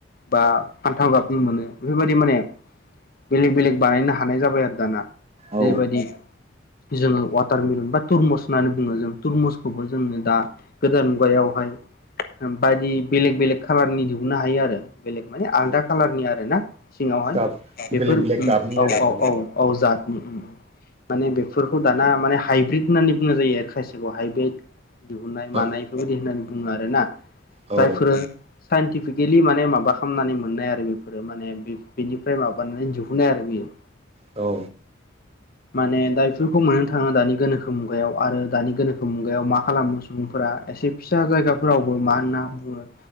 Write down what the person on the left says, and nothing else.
बा फान्थाव गाबनि मोनो बेफोरबायदि माने बेलेग बेलेग बानायनो हानाय जाबाय आरो दाना
जेरैबायदि जोङो वाटार मिलन बा तटुरमुस होन्नानै बुङो जों थुरमुसखौबो जोङो दा गोदान मुगायावहाय बायदि बेलेग बेलेग खाालारनि दिहुननो हायो आरो। बेलेग माने
आलदा कालारनि आर ना सिङावहाय
बेफोर
औ औ औ औजादनि माने बेफोरखौ दाना माने हाइब्रिद होननानै बुंनाय जायो आरो खायसेखौ हाइब्रिद गुनाय मानाय
बेफोरबायाददि होननानै बुङो आर ना
जायफोर साइन्टिफिकेलि माने माबा खालामनानै मोननाय आरो बेफोरो माने बेनिफ्राय माबानानै दिहुननाय आरो बेयो
माने दा बेफोरखौ मोननो थाङो दानि गोनोखो मुगायाव आरो दानि गोनोखो मुगायाव मा खालामो। सुबुंफोरा एसे फिसा जायगाफोरावबो मा होनना बुङो